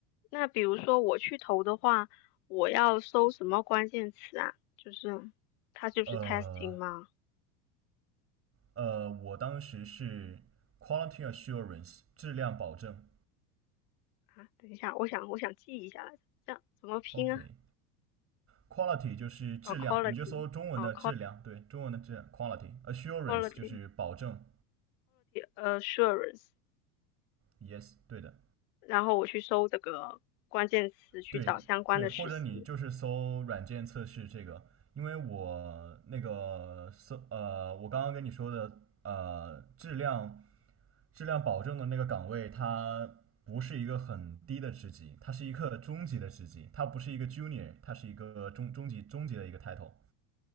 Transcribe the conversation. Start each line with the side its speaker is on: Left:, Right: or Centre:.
Left: 那比如说我去投的话，我要搜什么关键词啊？就是它就是
Right: 呃
Left: testing 吗？
Right: 呃，我当时是 quality assurance 质量保证
Left: 啊，等一下，我想我想记一下来着，这样怎么拼啊？
Right: ，OK。Quality 就是质量，
Left: 哦，quality，
Right: 你就搜中文的质量，
Left: 哦
Right: 对，中文的质量 quality。Assurance
Left: ，quality，quality，quality
Right: 就是保证
Left: assurance。
Right: ，yes，对的。
Left: 然后我去搜这个关键词，去找相关的实习。
Right: 对对，或者你就是搜软件测试这个，因为我那个搜呃，我刚刚跟你说的呃，质量质量保证的那个岗位，它不是一个很低的职级，它是一个中级的职级，它不是一个 junior，它是一个中中级中级的一个 title。